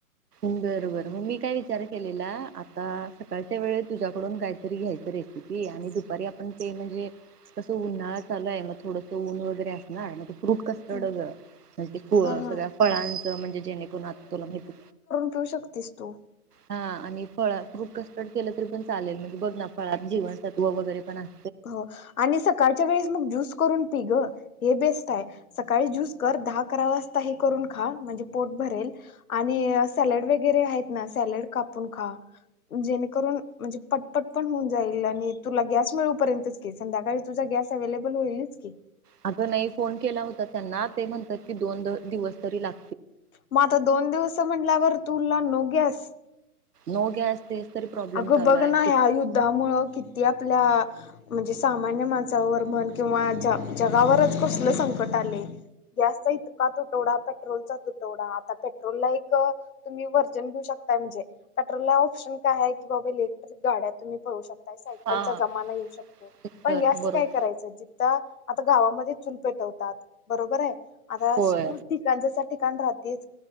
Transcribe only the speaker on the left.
हा
हा
देऊ शकतीस तू
हो आणि सकाळच्या वेळेस मग ज्यूस करून पी ग हे बेस्ट आहे सकाळी ज्यूस कर दहा करा वाजता हे करून खा म्हणजे पोट भरेल आणि सॅलड वगैरे हायेत ना सॅलड कापून खा जेणेकरून म्हणजे पटपट पण होऊन जाईल आणि तुला गॅस मिळ पर्यंतच की संध्याकाळी तुझा गॅस अव्हेलेबल होईलच की,
म आता दोन दिवस म्हटल्यावर तुला नो गॅस <inaudible>
अगं
बघ
ना, या युद्धामुळं किती आपल्या म्हणजे, सामान्य माणसावर म्हण किंवा जगावरच कसलं संकट आलंय. गॅसचा इतका तुटवडा पेट्रोलचा तुटवडा आता पेट्रोलला एक तुम्ही वर्जन घेऊ शकताय म्हणजे, पेट्रोलला ऑप्शन काय हाय, की बाबा तुम्ही इलेक्ट्रिक गाडी पळवू शकताय. सायकलचा
जमाना येऊ शकतोय
पण जास्त
काय करायचं जिथं आता गावामध्ये चुल पेटवतात बरोबर हाय. आता
<unintelligible> कांच्यासाठी. ठिकाण राहतीच